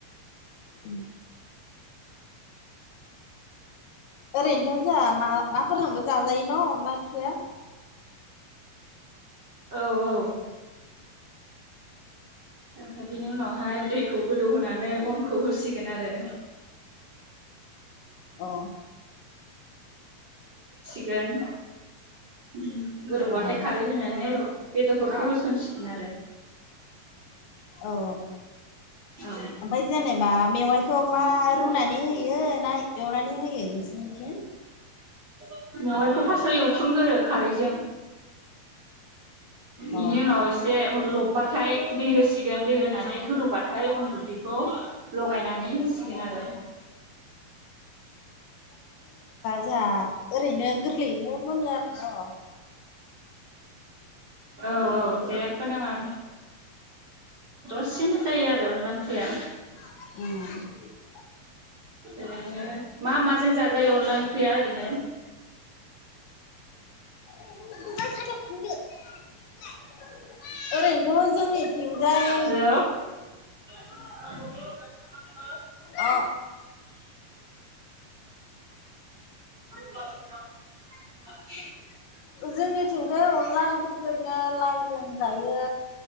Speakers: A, on the left; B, on the right.
A: उम ओरैनोथ' जाहा ना नाफोरजोंबो जाजायो न' अनला ओंख्रिया?
B: औ औ ओमफ्राय बिनि उनावहाय दैखौ गोदौहोनानै अनखौ होसिगोन आरो।
A: अ
B: गोन। उम गोदौबाथाय
A: अ
B: खारै होनानै बेदरफोरखौ होसनसि आरो
A: औ
B: <inaudible>
A: ओमफाय जेनेबा मेवाइखौ मा रुनानै
B: औ
A: होयो ना एवनानै होयो नोंसिनिखि?
B: । मेवाइखौ फासआव एवथ्रम गोरो खारैजों।
A: अ
B: इनि उनाव इसे रब बाथाय दै होसिगोन दै होनानै गोदौबाथाय अन गुन्दैखौ लगायनानै होसिगोन आरो।
A: जा ओरैनो गोरलैयैनो मोनो आरो न'।
B: औ औ जेब्बो नाङा। दसेनो जायो आरो अनला ओंख्रिया।
A: उम।
B: ओरैनो मा माजों जाजायो अनला ओंख्रिया ओरैनो?
A: <unintelligible> ओरैनोथ' जोंनिथिंजाय
B: हेल' <inaudible>
A: अ।
B: <inaudible> <inaudible>
A: औ जोंनि थिंबो अनला ओंख्रिखो इदिनो लाइजों जायो